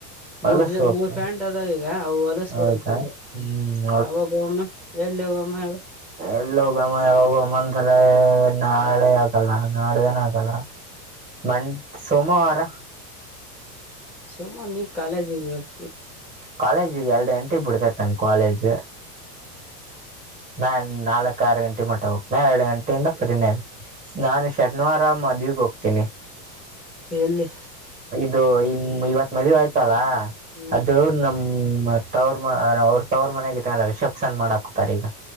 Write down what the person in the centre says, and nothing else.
ಮೂರ್
ಜ ಮೂರ ಫ್ಯಾಂಟ್ ಅದ ಈಗ ಅವ ಹೊಲಸಬಿಡಬೇಕ
ಈ ಗ
ಯಾವಾಗ ಗೊಮ್ಮಎಲ್ಲಿ ಎಲ್ಲಿ ಗಮ್ ಹೇಳು.
ಸುಮ ನೀ ಕಾಲೇಜಿಗೆರ್ತೀ.
<inaudible>
ಎಲ್ಲಿ
ಹ್ಮ್